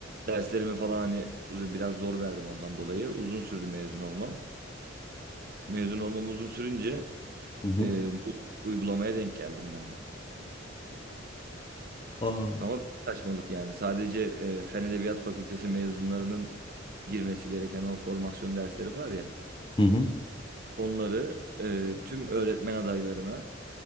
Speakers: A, on the right (about 50°); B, on the left (about 25°).
A: Derslerimi falan hani biraz zor verdim ondan dolayı. Uzun sürdü mezun olmam. Mezun olmam uzun sürünce
B: Hı hı.
A: e, bu uygulamaya denk geldim ben de.
B: Aa.
A: Ama bir saçmalık yani. Sadece e, Fen Edebiyat Fakültesi mezunlarının girmesi gereken o formasyon dersleri var ya.
B: Hı hı.
A: Onları e, tüm öğretmen adaylarına